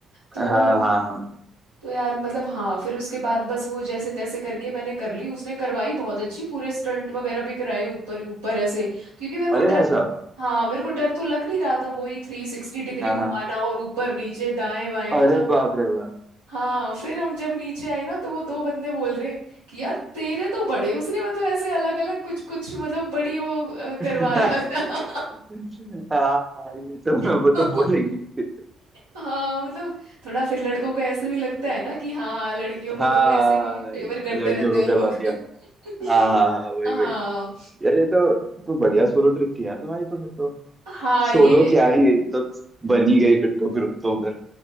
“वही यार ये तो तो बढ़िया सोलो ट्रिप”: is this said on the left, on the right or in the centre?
Right